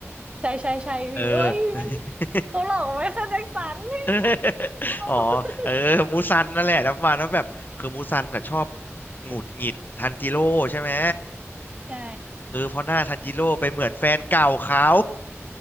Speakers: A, on the right; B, on the left.
A: ใช่ใช่ใช่พี่เอ้ยไม่
B: เออ <laughs>
A: เขาหลอกไว้ค่ะแจ็คสันนี่ไม่
B: <laughs>
A: เอา
B: อ๋อเออมูซันนั่นแหละแล้วประมาณว่าแบบคือมูซันน่ะชอบ
A: <laughs>
B: หงุดหงิดทันจิโร่ใช่ไหม
A: ใช่
B: เออเพราะหน้าทันจิโร่ไปเหมือนแฟนเก่าเขา